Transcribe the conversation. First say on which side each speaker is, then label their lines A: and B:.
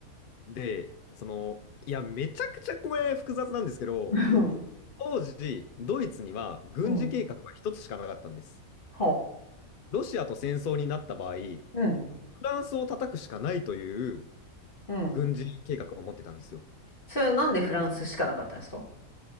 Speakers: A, on the left; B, on the left.
A: で、その、いや、めちゃくちゃこれ複雑なんですけど、
B: うん。
A: 当時、ドイツには軍事計画は一つしかなかったんです。
B: <laughs> うん。ほ
A: ロシアと戦争になった場合、フ
B: う。うん。
A: ランスを叩くしかないという
B: うん。
A: 軍事計画を持ってたんですよ。っ
B: それはなんでフランスしかなかったんですか